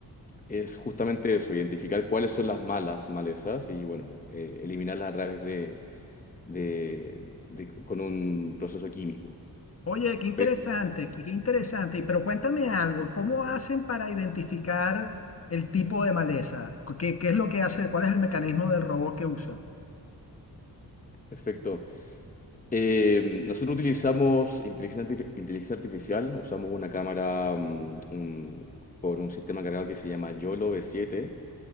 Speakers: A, on the left; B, on the left.
A: es justamente eso, identificar cuáles son las malas malezas y, bueno, eh, eliminarlas a través de, de- de- con un proceso químico.
B: Oye, qué interesante,
A: Pero,
B: qué qué interesante. Pero cuéntame algo, ¿cómo hacen para identificar el tipo de maleza? ¿Qué, qué es lo que hace? ¿Cuál es el mecanismo del robot que usa?
A: perfecto. Eh, nosotros utilizamos inteligencia, artifi- inteligencia artificial, usamos una cámara mm, un- con un sistema cargado que se llama YOLO V7